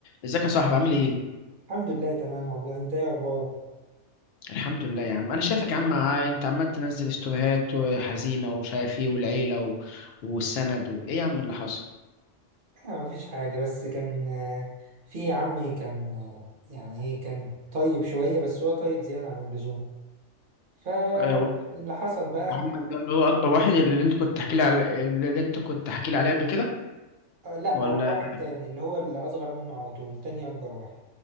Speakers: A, on the left; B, on the right.
A: ازيك يا صاحبي عامل ايه
B: الحمد لله تمام والله انت ايه اخبارك
A: الحمد لله يا عم انا شايفك يا عم ع- انت عمال تنزل ستوريهات حزينه ومش عارف ايه والعيله و... والسند و... ايه يا عم اللي حصل
B: آه مفيش حاجه بس كان آه، في عمي كان آه، يعني ايه كان طيب شويه بس هو طيب زياده عن اللزوم فاللي
A: آه، و-
B: حصل بقى
A: عمك ده اللي هو اكبر واحد اللي انت كنت تحكي لي على اللي انت كنت تحكي لي عليه قبل كده
B: آه، لا
A: ولا
B: هو واحد تاني اللي هو اللي اصغر منه على طول تاني اكبر واحد